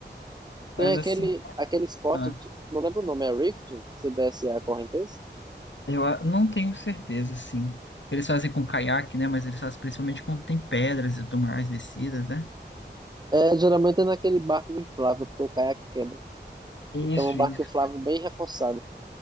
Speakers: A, on the left; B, on the right.
A: Mas
B: Tem aquele,
A: assim,
B: aquele esporte,
A: tá.
B: de- não lembro o nome, é rafting? Se desce a correnteza?
A: Eu ah, não tenho certeza, sim. Eles fazem com caiaque, né? Mas eles fazem principalmente quando tem pedras e tudo mais descidas, né?
B: É, geralmente é naquele barco inflável, porque o caiaque quebra.
A: Isso,
B: Então é um barco
A: isso.
B: inflável bem reforçado.